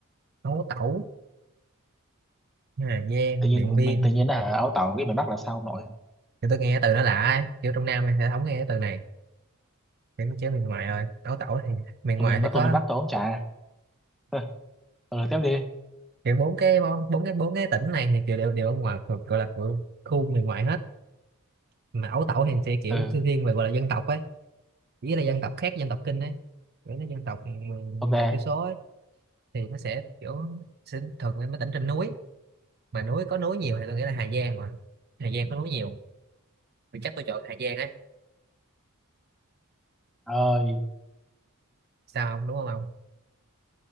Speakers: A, on the right; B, in the centre.
A: ấu tẩu Hà Giang
B: Tự nhiên
A: Điện Biên
B: mình tự nhiên là ấu tẩu cái miền Bắc là sao ông nội?
A: thì tôi nghe cái từ nó lạ ấy. kiểu trong Nam thì không nghe cái từ này kiểu chế miền ngoài rồi ấu tẩu thì miền
B: Tôi
A: ngoài
B: miền Bắc
A: thì có
B: tôi miền Bắc tôi không trả. <laughs> Ừ, tiếp đi.
A: kiểu bốn cái món- bốn cái bốn cái tỉnh này thì kiểu đều đều ở ngoài thuộc gọi là thuộc khu miền ngoại hết mà ấu tẩu thì sẽ kiểu
B: Ừ.
A: thư thiên về gọi là dân tộc ấy chỉ là dân tộc khác dân tộc Kinh ấy kiểu là dân tộc ừ,
B: Ok.
A: dân tộc thiểu số ấy. thì nó sẽ kiểu sẽ thường mấy mấy tỉnh trên núi mà núi có núi nhiều
B: Ừ.
A: thì tôi nghĩ là Hà Giang mà Hà Giang có núi nhiều thì chắc tôi chọn Hà Giang ấy
B: Ơi,
A: sao không đúng không ông